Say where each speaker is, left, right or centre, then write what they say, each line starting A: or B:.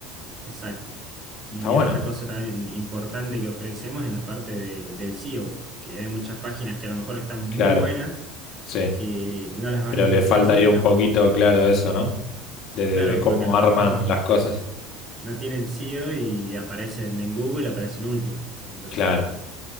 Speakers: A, on the right (about 35°); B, on the left (about 55°).
A: Exacto. Y
B: Está bueno,
A: otra cosa también importante que ofrecemos es la parte de- del SEO, que hay muchas páginas que a lo mejor están muy
B: claro,
A: buenas,
B: sí.
A: que no las vas
B: Pero
A: a encontrar
B: le falta
A: nunca
B: ahí un poquito,
A: porque,
B: claro, eso, ¿no? de de-
A: claro,
B: de cómo
A: porque a lo
B: arman
A: mejor no,
B: las cosas.
A: no tienen SEO y aparecen en Google, aparecen últimas. Entonces,
B: Claro.